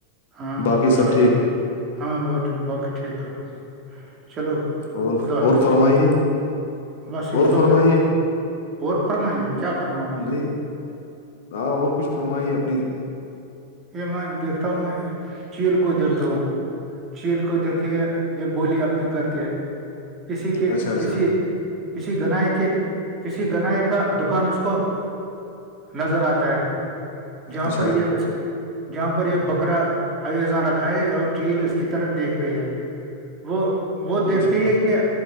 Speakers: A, on the right; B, on the left.
A: ہاں
B: باقی
A: خوشحال
B: سب ٹھیک
A: ہاں ب جی باقی ٹھیک ہے چلو
B: اور
A: خدا حافظ
B: اور فرمائیے
A: بس اس
B: اور
A: وقت
B: فرمائیے
A: اور فرمائیے کیا فرماؤ
B: نہیں ہاں اور کچھ فرمائی اپنی
A: یہ میں دیکھتا ہوں یہ چیل کو دیکھتا ہوں چیل کو دیکھتی ہے یہ بولی اپنی کرتی ہے کسی کے
B: اچھا اچھا
A: کسی کسی گنائی کے کسی گنائی کا دکان اس کو نظر آتا ہے جہاں
B: اچھا
A: پر یہ اس جہاں پر یہ بکرا اوزاں رکھا ہے اور چیل اس کی طرف دیکھ رہی ہے وہ وہ دیکھ
B: اچھا
A: رہ ہے کہ